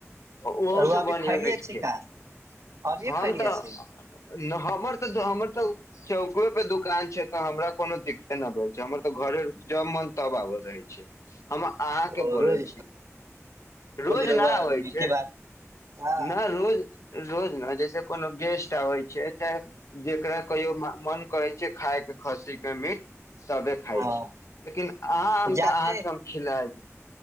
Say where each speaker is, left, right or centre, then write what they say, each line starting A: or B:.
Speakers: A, on the left; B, on the right.
A: ओहो
B: रउआ
A: से
B: अभी
A: बढ़िआं
B: खैनी
A: मिट
B: अछि का अभिये
A: हम
B: खैनी
A: तऽ-
B: छै
A: हमर। हमर तऽ चौके परे दुकान छै तऽ हमरा कोनो दिक्कते न भेल छै हमर। तऽ घरे जब मन तब आबल रहै छै हम। अहाँ
B: ओ
A: के बोलै
B: रोज
A: छी रोज
B: रउआ
A: नहि आबै
B: मीठे
A: छै
B: भात हँ
A: नहि रोज। रोज ने जैसे कोनो गेस्ट आबै छै चाहे जेकरा कहियो मन करै छै खााय के खसी के मीट सब। खाइ
B: हँ
A: छी लेकिन अहाँ हम तऽ
B: जादे
A: अहाँके हम खिला देब।